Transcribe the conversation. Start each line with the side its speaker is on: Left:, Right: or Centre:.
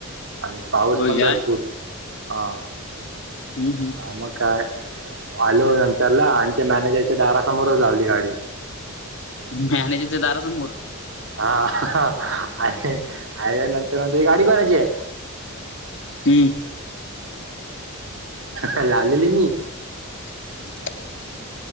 Right: आणि पाऊस
Left: होय
Right: पण भरपूर
Left: काय
Right: हा
Left: हम्म
Right: म काय? आलो <unintelligible> मॅनेजच्या दारासमोर लावली गाडी
Left: मॅनेजरच्या दारासमोर.
Right: हा अले आल्यानंतर मग हि गाडी कोणाची आहे?
Left: हम्म
Right: अ <unintelligible> लावलेली मी
Left: <inaudible>